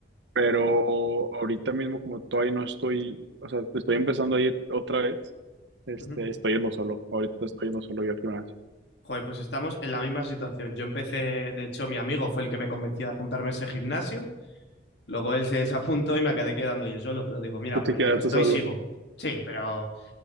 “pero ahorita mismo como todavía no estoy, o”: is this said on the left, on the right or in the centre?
Right